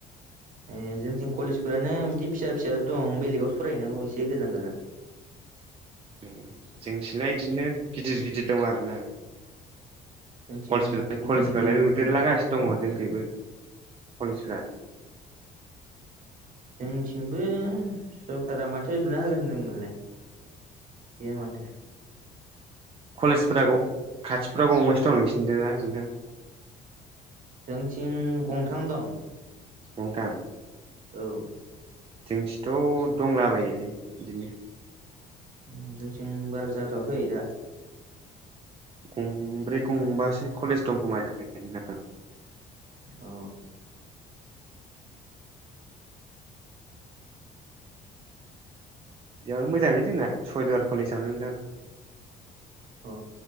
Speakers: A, on the right; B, on the right.
A: ए जोंथिं कलेजफोरानो बिदि फिसा फिसो दं बेलेगाव सरायहनांगौ एसे गोजान गोजान
B: <inaudible> जोंथिना बिदिनो गिदिर गिदिर दं आरो ना
A: जोंथिं
B: केज
A: बारा गिदिर
B: कलेजफ्रालाय
A: गिदिर
B: लुदेरलागासिनो
A: खुलिथ'
B: दङ जोंखैबो कलेजफोरा
A: जोंथिंबो सरखारारा माथो लुना होगोन होनदोंमोनलाय गैया माथो
B: कलेजफोरा खाथिफोराव गंबैसो दं नोंसिनदों ना नोंथां
A: जोंथिं गंथाम दं
B: गंथाम
A: औ
B: जोंथिथ' दंलाबायोलै बिदिनो
A: ओ जोंथिं बारा जाथ'वाखै दा।
B: गंब्रै गंबासो कलेज दंखोमा <unintelligible>
A: अ।
B: बेयावनो मोजांलै जोंना सयदुवार कलेजावनो नोंथां।
A: अ